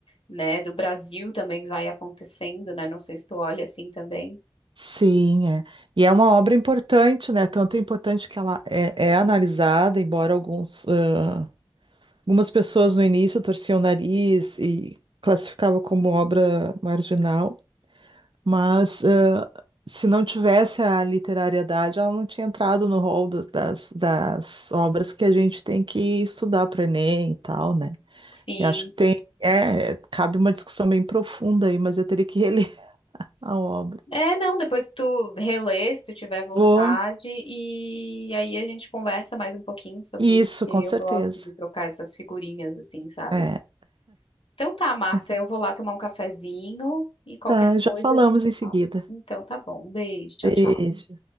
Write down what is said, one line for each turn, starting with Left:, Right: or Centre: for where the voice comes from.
Left: né, do Brasil também vai acontecendo, né? Não sei se tu olha assim também.
Right: Sim, é. E é uma obra importante, né? Tanto é importante que ela é, é analisada, embora alguns, ãh, algumas pessoas no início torciam o nariz e classificavam como obra marginal, mas ãh, se não tivesse a literariedade, ela não tinha entrado no rol do- das, das obras que a gente tem que estudar para Enem e tal, né?
Left: Sim.
Right: Eu acho que tem, é, é, cabe uma discussão bem profunda aí, mas eu teria que reler <laughs> a obra.
Left: É, não, depois tu relê, se tu tiver vontade,
Right: Vou,
Left: e aí a gente conversa mais um pouquinho sobre
Right: isso,
Left: isso, porque
Right: com
Left: eu
Right: certeza.
Left: gosto de trocar essas figurinhas, assim, sabe?
Right: É,
Left: Então tá, Marta,
Right: com-
Left: eu vou lá tomar um cafezinho e qualquer
Right: tá, já
Left: coisa
Right: falamos
Left: a gente
Right: em seguida.
Left: fala. Então tá bom, um beijo, tchau,
Right: Beijo.
Left: tchau.